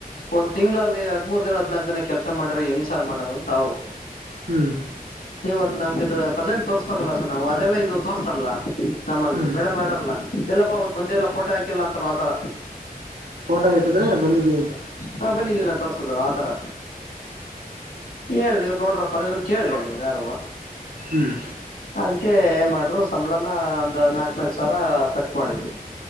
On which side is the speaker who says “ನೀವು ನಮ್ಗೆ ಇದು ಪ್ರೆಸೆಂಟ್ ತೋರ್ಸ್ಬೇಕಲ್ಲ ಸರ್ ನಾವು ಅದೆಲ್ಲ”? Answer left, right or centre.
Left